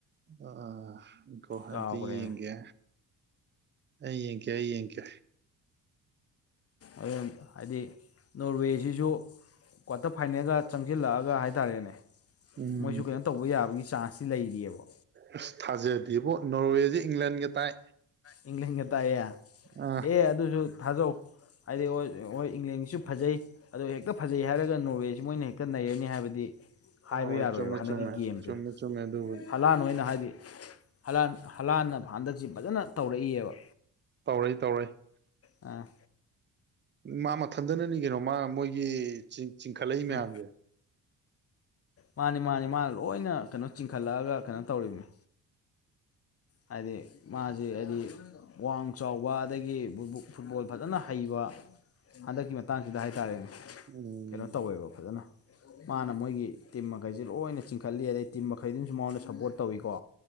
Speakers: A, on the right (about 25°); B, on the left (about 30°).
A: ꯑꯑꯥ ꯉꯈꯣ
B: ꯀꯥꯎꯈ꯭ꯔꯦꯅꯦ
A: ꯑꯝꯇ ꯌꯦꯡꯒꯦ ꯑꯩ ꯌꯦꯡꯀꯦ ꯑꯩ ꯌꯦꯡꯀꯦ
B: ꯑꯗꯨꯝ ꯍꯥꯏꯗꯤ ꯅꯣꯔꯋꯦꯁꯤꯁꯨ ꯀ꯭ꯋꯥꯇꯔ ꯐꯥꯏꯅꯦꯜꯒ ꯆꯪꯁꯤꯜꯂꯛꯑꯒ ꯍꯥꯏꯇꯥꯔꯦꯅꯦ
A: ꯎꯝ
B: ꯃꯣꯏꯁꯨ ꯀꯩꯅꯣ ꯇꯧꯕ ꯌꯥꯕꯒꯤ ꯆꯥꯟꯁꯇꯤ ꯂꯩꯔꯤꯑꯕ
A: ꯑꯁ ꯊꯥꯖꯗꯦꯕꯣ ꯅꯣꯔꯋꯦꯗꯤ ꯏꯪꯂꯟꯒ ꯇꯥꯏ
B: ꯏꯪꯂꯟꯒ ꯇꯥꯏꯌꯦ
A: ꯑ
B: ꯑꯦ ꯑꯗꯨꯁꯨ ꯊꯥꯖꯧ ꯍꯥꯏꯗꯤ ꯍ ꯍꯣꯏ ꯏꯪꯂꯦꯟꯒꯤꯁꯨ ꯐꯖꯩ ꯑꯗꯣ ꯍꯦꯛꯇ ꯐꯖꯩ ꯍꯥꯏꯔꯒ ꯅꯣꯔꯋꯦꯁꯤ ꯃꯣꯏꯅ ꯍꯦꯛꯇ ꯅꯩꯔꯅꯤ ꯍꯥꯏꯕꯗꯤ ꯍꯥꯏꯕ
A: ꯍꯣꯏ
B: ꯌꯥꯔꯣꯏꯕ
A: ꯆꯨꯝꯃꯦ
B: ꯍꯟꯗꯛꯀꯤ
A: ꯆꯨꯝꯃꯦ
B: ꯒꯦꯝꯁꯦ
A: ꯆꯨꯝꯃꯦ ꯆꯨꯝꯃꯦ ꯑꯗꯨꯕꯨꯗꯤ
B: ꯍꯂꯥꯟ ꯑꯣꯏꯅ ꯍꯥꯏꯗꯤ ꯥꯍꯂꯥꯟ ꯍꯂꯥꯟꯅ ꯍꯟꯗꯛꯁꯤ ꯐꯖꯅ ꯇꯧꯔꯛꯏꯑꯕ
A: ꯇꯧꯔꯩ ꯇꯧꯔꯛꯏ
B: ꯑ
A: ꯃꯥ ꯃꯊꯟꯗꯅꯅꯤ ꯀꯩꯅꯣ ꯃꯥ ꯃꯣꯏꯒꯤ ꯆꯤꯡ ꯆꯤꯡꯈꯠꯂꯛꯏ
B: ꯎꯝ
A: ꯃꯌꯥꯝꯁꯦ
B: ꯃꯥꯅꯤ ꯃꯥꯅꯤ ꯃꯥꯅ ꯂꯣꯏꯅ ꯀꯩꯅꯣ ꯆꯤꯡꯈꯠꯂꯛꯑꯒ ꯀꯩꯅꯣ ꯇꯧꯔꯤꯕꯅꯤ ꯍꯥꯏꯗꯤ ꯃꯥꯁꯤ ꯍꯥꯏꯗꯤ ꯋꯥꯡ ꯆꯥꯎꯕ ꯑꯗꯒꯤ <unintelligible> ꯐꯨꯠꯕꯣꯜ ꯐꯖꯅ ꯍꯩꯕ ꯍꯟꯗꯛꯀꯤ ꯃꯇꯥꯡꯁꯤꯗ ꯍꯥꯏꯇꯥꯔꯦꯅꯦ
A: ꯎꯝ
B: ꯀꯩꯅꯣ ꯇꯧꯋꯦꯕ ꯐꯖꯅ ꯃꯥꯅ ꯃꯣꯏꯒꯤ ꯇꯤꯝ ꯃꯈꯩꯁꯤ ꯂꯣꯏꯅ ꯆꯤꯡꯈꯠꯂꯤ ꯑꯗꯩ ꯇꯤꯝ ꯃꯈꯩꯗꯨꯅꯁꯨ ꯃꯉꯣꯟꯗ ꯁꯞꯄꯣꯔꯠ ꯇꯧꯋꯤꯀꯣ